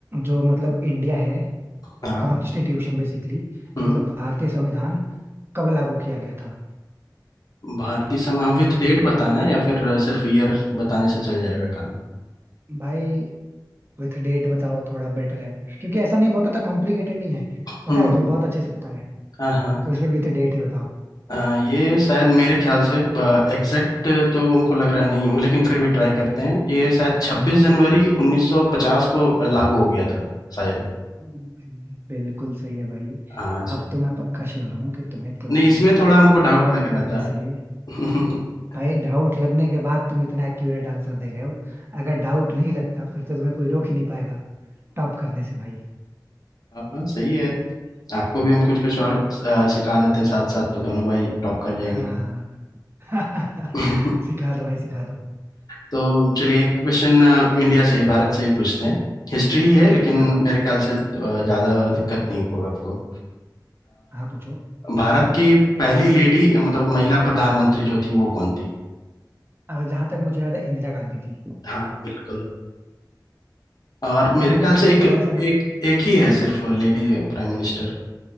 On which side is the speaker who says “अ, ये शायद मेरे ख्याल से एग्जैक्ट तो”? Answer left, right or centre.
Left